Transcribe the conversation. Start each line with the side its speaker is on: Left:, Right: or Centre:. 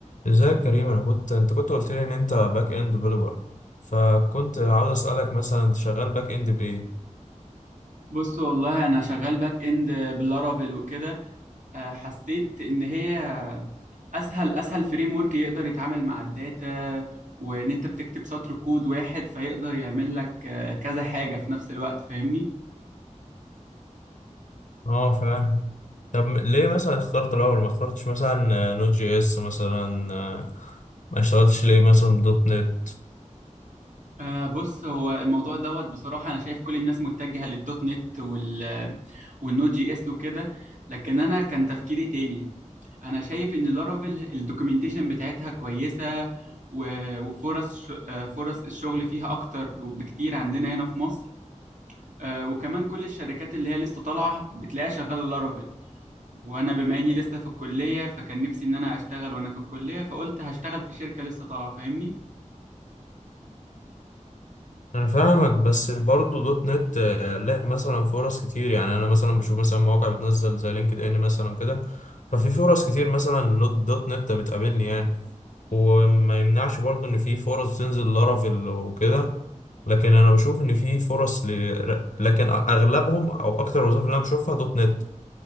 Left: ازيك يا كريم انا كنت انت كنت قلت لي ان انت باك اند ديفلوبر فكنت عاوز اسالك مثلا انت شغال باك اند بايه
Right: بص والله انا شغال باك اند باللارافيل وكده آه، حسيت ان هي اسهل اسهل فريم ورك يقدر يتعامل مع الداتا وان انت بتكتب سطر كود واحد فيقدر يعمل لك آه، كذا حاجة في نفس الوقت فاهمني
Left: اه فاهم طب م- ليه مثلا اخترت الاول ما اخترتش مثلا نوت جي اس مثلا آه، ما اشتغلتش ليه مثلا دوت نت
Right: آه بص هو الموضوع دوت بصراحة أنا شايف كل الناس متجهة للدوت نت وال والنود جي اس وكده لكن أنا كان تفكيري تاني أنا شايف إن لارافيل الدوكيومنتيشن بتاعتها كويسة و- وفرص ش- آه، فرص الشغل فيها أكتر بكتير عندنا هنا في مصر آه، وكمان كل الشركات اللي هي لسه طالعة بتلاقيها شغالة لارافيل وأنا بما إني لسه في الكلية فكان نفسي إن أنا أشتغل وأنا في الكلية فقلت هشتغل في شركة لسه طالعة فاهمني؟
Left: انا فاهمك بس برضه دوت نت آه، لها مثلا فرص كتير يعني انا مثلا بشوف مثلا مواقع بتنزل زي لينكد ان مثلا كده ففي فرص كتير مثلا نوت- دوت نت بتقابلني يعني وما يمنعش برضو ان في فرص تنزل لارافيل وكده لكن انا بشوف ان في فرص ل... لكن اغلبهم او اكتر الوظائف اللي انا بشوفها دوت نت